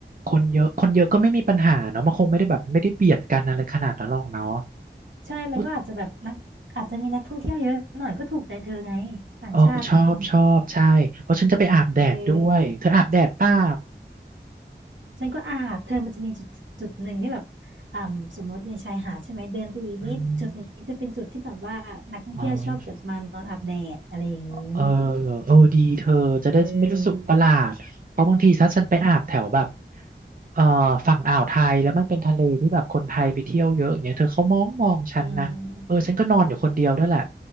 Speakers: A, on the right; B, on the right.
A: คนเยอะคนเยอะก็ไม่มีปัญหาเนาะมันคงไม่ได้แบบไม่ได้เบียดกันอะไรขนาดนั้นหรอกเนาะ
B: ใช่มันก็อาจจะแบบนักอาจจะมีนักท่องเที่ยวเยอะหน่อยก็ถูกใจเธอไง
A: อุ๊ย
B: ต่างชาติน่ะ
A: เออชอบชอบใช่เพราะฉันจะไปอาบแดดด้วยเธออาบแดดเปล่า
B: เออ ฉันก็อาบเธอมันจะมีจุดจุดหนึ่งที่แบบอ่าสมมติในชายหาดใช่ไหมเดินไปอีกนิดจุดนี้จะเป็นจุดที่แบบว่านักท่องเที่ยวชอบแบบมานอนอาบแดดอะไรอย่างนี้
A: อืมอ๋อ เออเออดีเธอจะได้ไม่อรู้สึกประหลาดเพราะบางทีถ้าฉันไปอาบแถวแบบ
B: เออ
A: เอ่อฝั่งอ่าวไทยแล้วมันเป็นทะเลที่แบบคนไทยไปเที่ยวเยอะอย่างเงี้ยเธอเขามองมองฉันนะเออฉันก็นอนอยู่คนเดียวด้วยแหละ
B: อืม